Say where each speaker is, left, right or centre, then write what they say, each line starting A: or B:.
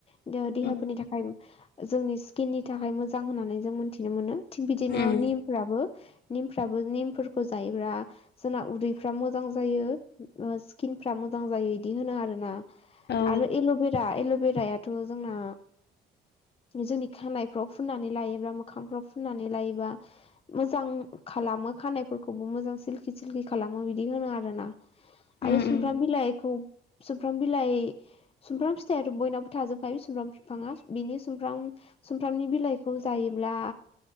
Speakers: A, on the left; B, on the left.
A: ओ द देहाफोरनि
B: उम
A: थाखाय जोंनि स्किननि थाखाय मोजां होननानै जों मोनथिनो मोनो। थिग बिदिनो
B: उम
A: निम फोराबो निमफ्राबो निमफोरखौ जायोब्ला जोंना उदैफ्रा मोजां जायो। ओ स्किन फ्रा मोजां जायो इदि होनो आरो ना
B: औ
A: आरो एल'बेरा एल'भेराया थ' जोंना जोंनि खानायफ्राव फुननानै लायोब्ला मोखांफ्राव फुननानै लायोबा मोजां खालामो खानायफोरखौबो मोजां सिलकि सिलखि खालामो बिदि होनो आरोना।
B: उम
A: आरो सुमफ्राम
B: उम
A: बिलाइखौ सुमफ्राम बिलाइ सुमफ्राम फिथाइयाथ' बयनाव थाजोबखायो सुमफ्राम बिफाङा बिनि सुमफ्राम सुमफ्रामनि बिलाइखौ जायोब्ला